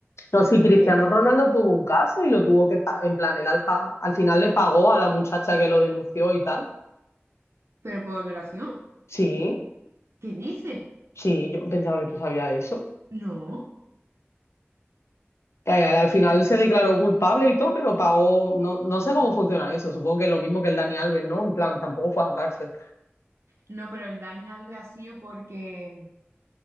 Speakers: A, on the left; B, on the right.
A: No, sí, Cristiano
B: Eh,
A: Ronaldo tuvo un caso y lo tuvo que, pa- en plan, él al, pa- al final le pagó a la muchacha que lo denunció y tal.
B: ¿pero por violación?
A: Sí,
B: ¿Qué dice?
A: sí, yo pensaba que tú sabías eso.
B: No.
A: Eh, Al al final se declaró culpable y todo, pero pagó, no, no sé cómo funciona eso, supongo que es lo mismo que el Dani Alves, ¿no? En plan, tampoco fue a la cárcel.
B: No, pero el Dani Alves ha sido porque